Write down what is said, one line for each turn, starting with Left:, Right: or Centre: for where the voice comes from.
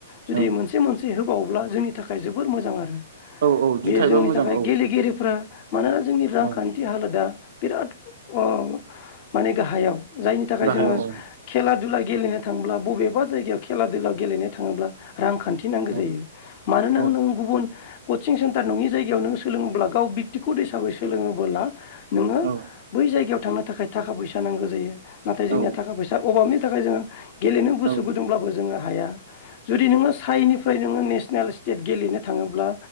Left: जुदि
Right: औ
Left: मोनसे मोनसे होबावो अब्ला जोंनि थाखाय जोबोर मोजां आरो।
Right: औ औ दि
Left: बे
Right: थाइबा
Left: जोंनि
Right: मोजां
Left: थाखाय
Right: औ
Left: गेलेगिरिफ्रा मानोना जोंनि रांखान्थि
Right: औ
Left: हालोदा बिराद अह माने गाहायाव जायनि जाय
Right: गाहायाव
Left: जोङो
Right: औ
Left: खेला दुला गेलेनो थांब्ला बबे बा जायगायाव खेला दुला गेलेनो थाङोब्ला रांखान्थि नांगौ
Right: औ
Left: जायो मानोना
Right: औ
Left: नों गुबुन कचिं सेन्टार नङि जायगायाव नों सोलोङोब्ला गाव बेक्तिगत हिसाबै सोलोङोबोला नोङो
Right: औ
Left: बै जायगायाव थांनो थाखाय थाखा फैसा नांगौ जायो। नाथाय जोंनिया
Right: औ
Left: थाखा फैसा अबाबनि थाखाय जोङो गेलेनो गोसो
Right: औ
Left: गुदुंब्लाबो जोङो हाया जुदि नोङो साइनि निफ्राय नोङो नेसनेल स्टेट गेलेनो थाङोब्ला